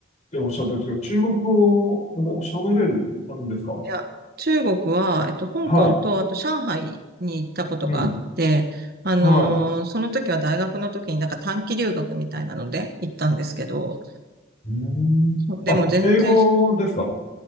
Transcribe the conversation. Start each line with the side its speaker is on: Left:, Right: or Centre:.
Left: ておっしゃってるんですけど、中国語を喋れるんですか
Right: いや、中国は、えっと、香港と、
Left: は
Right: あと上海に行ったことがあって、
Left: い。うん。
Right: あのーその時は大学の時になんか短期留学みたいなので行ったんですけど、
Left: はい。うん。
Right: そうでも全然、
Left: あ、英語ですか